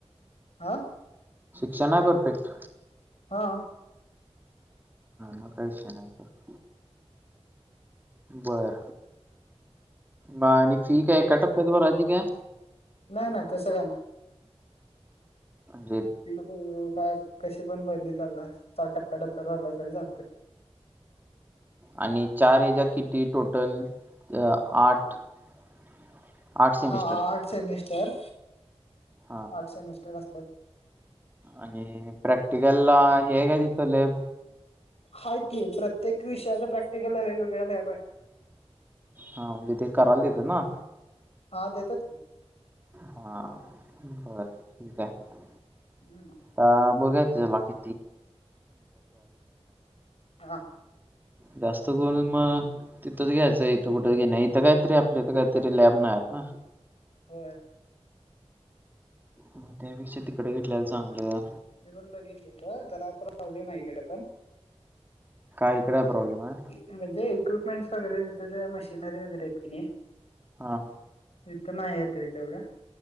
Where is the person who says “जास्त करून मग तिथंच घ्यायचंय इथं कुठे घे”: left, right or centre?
Right